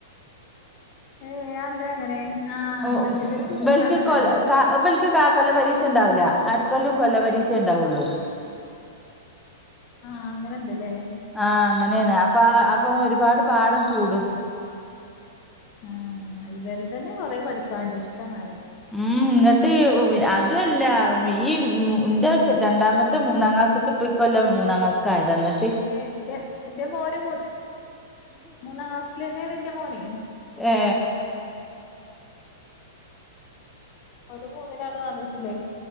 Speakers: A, on the left; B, in the centre.
A: ഏഹ് അതെന്താ അങ്ങനെ ആഹ്
B: ഓഹ്
A: മറ്റേബൽക്ക് മൂന്നെണ്ണം
B: ബൽക്ക്
A: ഇണ്ടാവല്ണ്ട്
B: കൊ ക ബൽക്ക് കാ കൊല്ല പരീക്ഷ ഇണ്ടാവൂല്ല അരക്കൊല്ലും കൊല്ല പരീക്ഷയ ഇണ്ടാവുള്ളൂ
A: ആഹ് അങ്ങനെണ്ട്ല്ലേ
B: ആഹ് അങ്ങനെയാന്ന് അപ്പ അപ്പൊ ഒരുപാട് പാഠം കൂടും
A: ആഹ് ഇവല്ത് തന്നെ കൊറെ പഠിക്കാണ്ട് ഇഷ്ടമാതിരി
B: ഉം ഇങ്ങട്ട് അ അതുമല്ല ഈന്റെ ചെ രണ്ടാമത്തെ മൂന്നാം ക്ലാസ് ഇപ്പക്കല്ല മൂന്നാം ക്ലാസ്ക്ക് ആയതാ ഇന്നിട്ട്
A: ഏഹ് എന്റെ എന്റെ മോന പോ മൂന്നാം ക്ലാസ്സിലെ ആണ് എന്റെ മോനേ
B: ഏ
A: ഒന്ന് മൂന്നിലാണ് മദ്രസയിൽ.